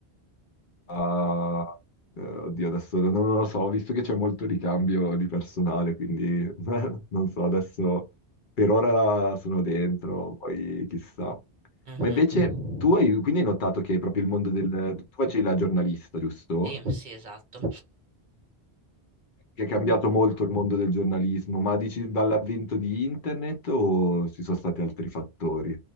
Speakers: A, on the left; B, on the right.
A: a- eh, oddio, adesso non non lo so, ho visto che c'è molto ricambio di personale, quindi <laughs> non so, adesso per ora sono dentro, poi chissà.
B: Mhm.
A: Ma invece tu hai quindi hai notato che proprio il mondo del... Tu facevi la giornalista, giusto?
B: Sì, sì, esatto.
A: Che è cambiato molto il mondo del giornalismo, ma dici dall'avvento di internet o ci sono stati altri fattori